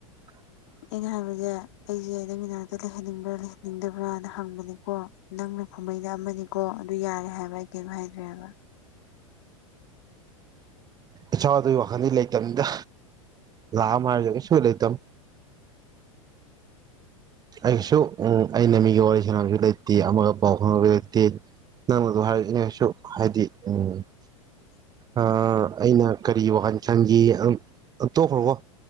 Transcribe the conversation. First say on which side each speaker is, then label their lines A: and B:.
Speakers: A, on the right (about 20°); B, on the left (about 55°).
A: <unintelligible> <inaudible>
B: ꯑꯩꯅ ꯍꯥꯏꯕꯁꯦ ꯑꯩꯁꯦ ꯅꯪꯒꯤ ꯅꯥꯛꯇ ꯂꯩꯍꯟꯅꯤꯡꯕ꯭ꯔꯥ ꯂꯩꯍꯟꯅꯤꯡꯗꯕ꯭ꯔꯥꯅ ꯍꯪꯕꯅꯤꯀꯣ ꯅꯪꯅ ꯈꯨꯝ ꯣꯏꯅ ꯑꯃꯅꯤꯀꯣ ꯑꯗꯨ ꯌꯥꯔꯦ ꯍꯥꯏꯕ ꯑꯩ ꯀꯩꯝꯥ ꯍꯥꯏꯗ꯭ꯔꯦꯕ
A: ꯏꯆꯥꯎꯗꯒꯤ ꯋꯥꯈꯜꯗꯤ ꯂꯩꯇꯅꯤꯗ ꯂ ꯃꯔꯖꯒꯦꯁꯨꯣꯏ ꯂꯩꯇꯝ ꯑꯩꯁꯨ ꯎ ꯑꯩꯅ ꯃꯤꯒꯤ ꯋꯥꯔꯤ ꯁꯥꯟꯅꯕꯁꯨ ꯂꯩꯇꯦ ꯑꯃꯒ ꯄꯥꯎ ꯐꯥꯎꯟ ꯂꯩꯇꯦ ꯅꯪꯅꯗꯣ ꯍꯥꯏꯔꯛꯅꯦꯁꯨ ꯍꯥꯏꯗꯤ ꯎꯝ ꯑ ꯑꯩꯅ ꯀꯔꯤ ꯋꯥꯈꯟ ꯈꯥꯟꯒꯤ ꯇꯣꯛꯈ꯭ꯔꯣꯕꯣ